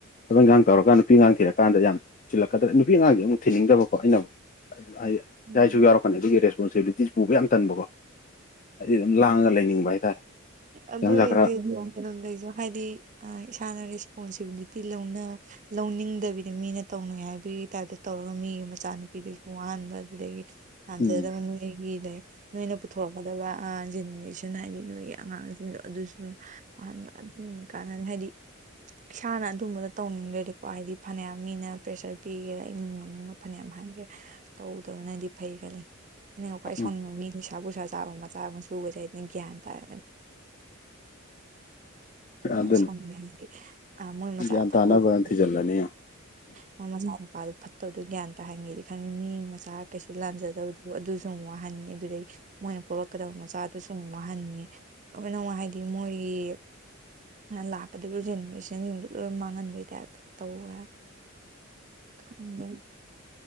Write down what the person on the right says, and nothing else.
ꯎꯝ
ꯑꯗꯨꯏꯗꯤ
<inaudible> ꯂꯩꯖ ꯍꯥꯏꯗꯤ ꯏꯁꯥꯅ ꯔꯦꯁꯄꯣꯟꯁꯤꯕꯤꯂꯤꯇꯤ ꯂꯧꯅ ꯂꯧꯅꯤꯡꯗꯕꯤꯗ ꯃꯤꯅ ꯇꯧꯅꯩ ꯍꯥꯏꯕꯒꯤ ꯇꯥꯏꯞꯇ ꯇꯧꯔꯒ ꯃꯤꯒꯤ ꯃꯆꯥꯅꯨꯄꯤꯗꯨꯁꯨ ꯋꯥꯍꯟꯕ ꯑꯗꯨꯗꯒꯤ ꯂꯥꯟꯝꯖꯗꯕ
ꯅꯣꯏꯒꯤꯗ ꯅꯣꯏꯅ ꯄꯨꯊꯣꯔꯛꯀꯗꯕ ꯖꯦꯅꯦꯔꯦꯁꯟ ꯍꯥꯏꯅꯤ ꯅꯣꯏꯒꯤ ꯑꯉꯥꯡꯁꯤꯡꯗꯣ ꯑꯗꯨꯁꯨ ꯑꯗꯨꯝ <inaudible> ꯍꯥꯏꯗꯤ ꯏꯁꯥꯅ ꯑꯗꯨꯝꯕꯗꯣ ꯇꯧꯅꯤꯡꯗ꯭ꯔꯗꯤꯀꯣ ꯍꯥꯏꯗꯤ ꯐꯅꯌꯥꯝ ꯃꯤꯅ ꯄ꯭ꯔꯦꯁꯔ ꯄꯤꯒꯦꯔꯥ ꯏꯃꯨꯡ ꯃꯨꯡꯅ ꯐꯅꯌꯥꯝ ꯍꯥꯏꯒꯦ ꯇꯧꯗꯕꯅꯗꯤ ꯐꯩ ꯈꯜꯂꯤ꯫ ꯑꯩꯅ ꯈ꯭ꯋꯥꯏ
ꯁꯧꯅꯤꯡꯕ ꯃꯤ ꯅꯤꯁꯥ ꯕꯨꯁꯥ ꯆꯥꯕ ꯃꯆꯥ ꯃꯁꯨꯒꯁꯦ ꯍꯥꯏꯅ ꯒ꯭ꯌꯥꯟ ꯇꯥꯏ꯫ <inaudible> ꯑꯗꯨꯝ
ꯌꯥꯝ ꯁꯥꯎꯅꯤꯡꯉꯦ ꯍꯥꯏꯗꯤ ꯑ ꯃꯣꯏ ꯃꯆꯥ
ꯐꯠꯇꯕꯗꯣ
ꯃꯣꯏ ꯃꯆꯥ ꯅꯨꯄꯥꯗꯨ ꯐꯠꯇꯕꯗꯣ ꯒ꯭ꯌꯥꯟ ꯇꯥꯍꯟꯗꯤ ꯈꯪꯉꯤ ꯃꯤ ꯃꯆꯥ ꯀꯩꯁꯨ ꯂꯥꯟꯖꯗꯕꯗꯨꯕꯄ ꯑꯗꯨꯖꯄ ꯑꯃꯨꯛ ꯋꯥꯍꯟꯅꯤ ꯑꯗꯨꯗꯩ ꯃꯣꯏꯅ ꯄꯣꯛꯂꯛꯀꯗꯕ ꯃꯆꯥꯗꯨꯁꯨ ꯑꯃꯨꯛ ꯋꯥꯍꯟꯅꯤ <unintelligible> ꯍꯥꯏꯗꯤ ꯃꯣꯏꯒꯤ ꯂꯥꯛꯀꯗꯧꯕ ꯖꯦꯅꯦꯔꯦꯁꯟꯁꯤꯡꯗꯨ ꯂꯣꯏ ꯃꯥꯡꯍꯟꯕꯩ ꯇꯥꯏꯞꯇ ꯇꯧꯋꯦ ꯈꯪꯗꯦ